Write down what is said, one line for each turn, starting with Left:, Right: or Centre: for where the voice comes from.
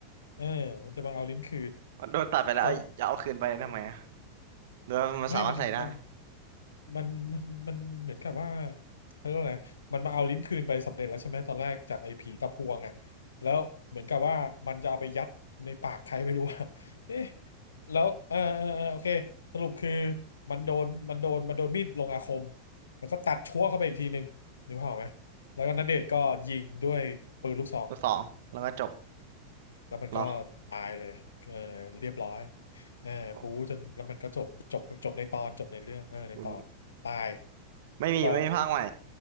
Left: เออมันจะมาเอาลิ้นคืน
Right: โดนตัดไปแล้วเอาจะเอาคืนไปทำไมอ่ะ
Left: ก็
Right: หรือว่ามันสามารถใส่ได้
Left: ไม่มันมัน มันมันมันเหมือนกับว่าเขาเรียกว่าอะไรมันมาเอาลิ้นคืนไปสำเร็จแล้วใช่ไหมตอนแรกจากไอ้ผีตะพวงอ่ะแล้วเหมือนกับว่ามันจะเอาไปยัดในปากใครไม่รู้อะ <laughs> เอ๊ะแล้วเออเออเออโอเคสรุปคือมันโดนมันโดนมันโดนมีดลงอาคมแล้วก็ตัดชั่วเข้าไปอีกทีหนึ่งนึกภาพออกไหมแล้วก็ณเดชน์ก็ยิงด้วยปืนลูกซอง
Right: ตัวสองแล้วก็จบ
Left: แล้วมันก็ตายเลยเออเรียบร้อย
Right: เหรอ
Left: เออบู๊จนแล้วมันก็จบจบจบในตอนจบในเรื่องเออในตอนตาย
Right: ขอบคุณไม่มีไม่มีภาคใหม่
Left: ก็